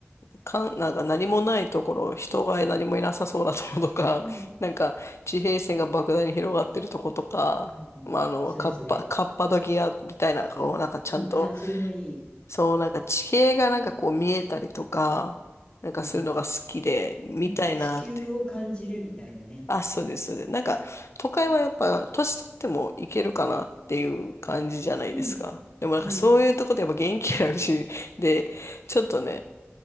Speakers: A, on the left; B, on the left.
A: かん、なんか何もないところ、人が何もいなさそうなところとか、
B: うん。
A: <laughs> なんか地平線が莫大に広がってるとことか、
B: あの、もうそれそれ。
A: まあ、あの、カッパ、カッパドキアみたいな、こう、なんかちゃんと、
B: うん、ああ、それもいい。
A: そう、なんか地形がなんかこう見えたりとか、なんかするのが好きで、
B: うん。
A: 見たいなって。
B: なんか地球を感じるみたいなね。
A: あ、そうです、そうです。なんか、都会はやっぱ、年取ってもいけるかなっていう感じじゃないですか。
B: うん、
A: でもなんかそういうとこでやっぱ元気なうちで、
B: うん。
A: ちょっとね、